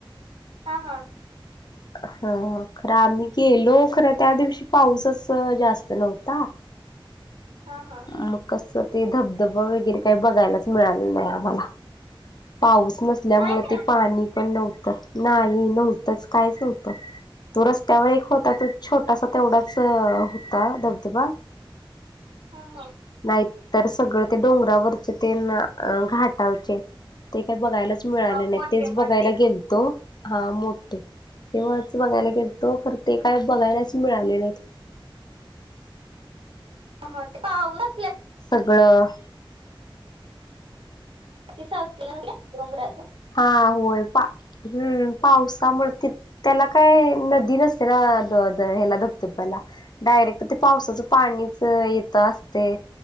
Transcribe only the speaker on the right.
हा हा.
हा हा.
नाही मिळालं
हा हा.
हा
मोठे
मोठे
हो ते पाऊस असं.
ति असं डोंगरातून. <unintelligible>